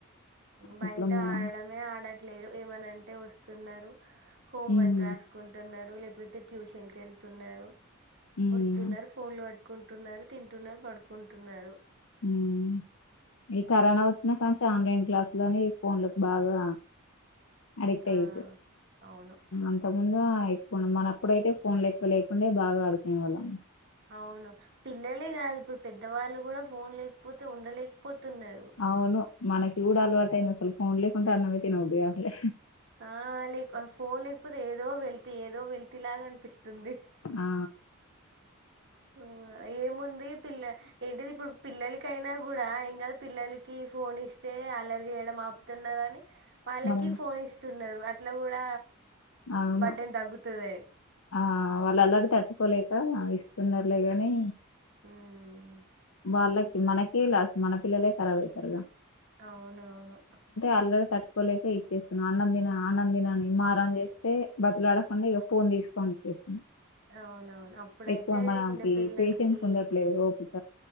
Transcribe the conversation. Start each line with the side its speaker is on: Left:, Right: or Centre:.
Right: బయట
Left: ఇప్పుడు మన
Right: ఆడడమే ఆడట్ ట్లేరు ఏమన్నంటే వస్తున్నరు హోమ్
Left: ఉమ్
Right: వర్క్ రాసుకుంటున్నరు తే ట్యూషన్కి వెళ్తున్నారు
Left: ఉమ్
Right: వస్తున్నారు ఫోన్లు పట్టుకుంటు ట్టున్నారు తింటున్నారు పడుకుంటున్నారు
Left: ఉమ్ ఈ కరోనా వచ్చినా కాన్నుంచి ఆన్లైన్ క్లాసు లని ఫోన్లలకు బాగా అడిక్ట్
Right: ఆ
Left: అయిర్రు
Right: అవును
Left: అంత ముందు అయ్ మనప్పుడైతే ఫోన్లు ఎక్కువ లేకుండే బాగా ఆడుకునే వాళ్ళం
Right: అవును పిల్లలే కాదు ఇప్పుడు పెద్దవాళ్ళు గుడా ఫోన్ లేకపోతే ఉండలేకపోత్ తున్నారు
Left: అవును మనకి కూడ అలవాటు అయింది అసలు ఫోన్ లేకుంటే అన్నమే తినబుద్ధి కాట్లే
Right: ఆ లేక ఫోన్ లేకపోతే ఏదో వెల్ ఏదో వెలితిలాగానిపిస్తుంది తుంది
Left: ఆ
Right: ఆ ఏముంది పిల్ల ఏంటిది ఇప్పుడు పిల్లలకైనా కూడా ఇంగ పిల్లలకి ఫోన్ ఇస్తే అల్లరి చేయడం ఆపుతున్నారని వాళ్ళకి
Left: మనం
Right: ఫోన్ ఇస్తురు అట్లా గూడ
Left: అవును
Right: బర్డెన్ తగ్గుతదని
Left: ఆ వాళ్ళ అలరి తట్టుకోలేక ఇస్తున్నారులేగాని
Right: మ్మ్.
Left: వాళ్ళకి మనకి లాస్ట్ మన పిల్లలే ఖరాబ్ అయితారుగా
Right: అవునవును
Left: అల్లరి తట్టుకోలేక ఇచ్చేస్తున్న అన్నం దిన అన్నం దినని మారం చేస్తే బతులాడకుండా ఇగ ఫోన్కో అని ఇచ్చేస్తున
Right: అవునవును అప్పుడైతే
Left: ఎక్కువ మనా
Right: చిన్నపిల్లలకి
Left: కి పేషెన్స్ ఉండట్లేదు ఓపిక